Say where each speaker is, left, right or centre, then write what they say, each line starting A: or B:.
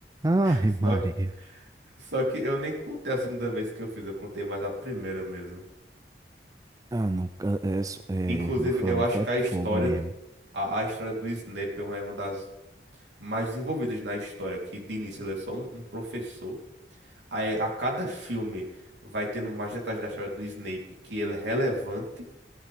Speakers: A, on the right; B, on the right.
A: Ai,
B: Só,
A: Maria.
B: só que eu nem contei a segunda vez que eu fiz, eu contei mais a primeira mesmo.
A: Ah, não, ca- é, so- é,
B: Inclusive,
A: Lufa-Lufa
B: eu acho que
A: é
B: a história,
A: fogo mesmo.
B: a, a história do Snape é uma das mais desenvolvidas na história, que de início ele é só um, um professor. Aí a cada filme vai tendo mais detalhes da história do Snape, que ele é relevante.